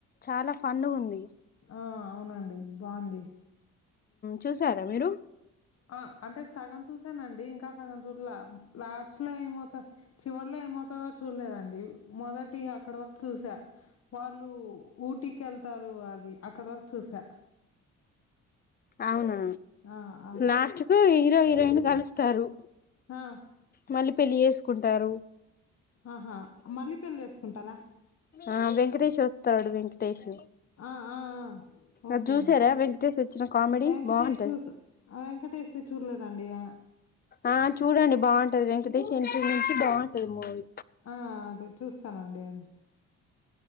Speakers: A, on the left; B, on the left.
A: చాలా ఫన్ గా ఉంది
B: ఆ అవునండి బాగుంది
A: చూసారా మీరు
B: ఆ అంటే సగం చూసానండి ఇంకా సగం చూడాల లాస్ట్ లో ఏమవుతదో చివర్లో ఏమౌతాదో చూడలేదండి మొదటి అక్కడ వరకు చూసా వాళ్ళు ఊటీ కెళ్తారు అది అక్కడ వరకు చూసా
A: అవునా
B: ఆ అదే
A: లాస్ట్ కు హీరో హీరోయిన్ కలుస్తారు
B: హ
A: మళ్ళీ పెళ్లి చేస్కుంటారు.
B: ఆహా మళ్లి పెళ్ళి చేసుకుంటారా
A: ఆ వెంకటేష్ వస్తాడు వెంకటేష్
B: ఆ ఆ ఆ ఓకే
A: అది చూసారా వెంకటేష్ వచ్చిన కామెడీ
B: వెేంకటేష్
A: బాగుంటది
B: సు వెంకటేష్ చూడలే దా అండి ఆ
A: ఆ చూడండి బాగుంటది వెంకటేష్ ఎంట్రీ నుంచి బాగుంటది మూవీ
B: ఆ అదే చూస్తానండి అది